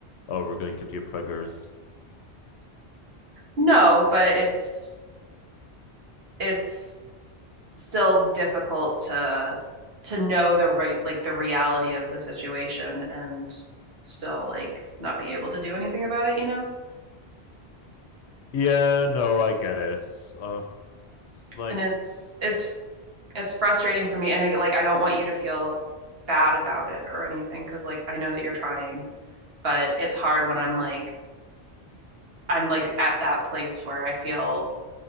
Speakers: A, on the left (about 80°); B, on the right (about 65°).
A: Oh, we're going to get you preggers.
B: No, but it's it's still difficult to to know the right like the reality of the situation and still like not be able to do anything about it, you know?
A: Yeah, no, I get it. Uh, it's like,
B: And it's it's it's frustrating for me and I, like I don't want you to feel bad about it or anything, because like I know that you're trying, but it's hard when I'm like I'm like at that place where I feel